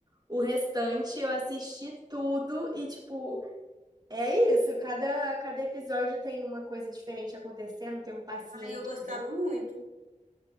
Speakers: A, on the right; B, on the right.
A: O restante eu assisti tudo e, tipo, é isso. Cada, cada episódio tem uma coisa diferente acontecendo, tem um paciente
B: Aí eu gostava
A: novo.
B: muito.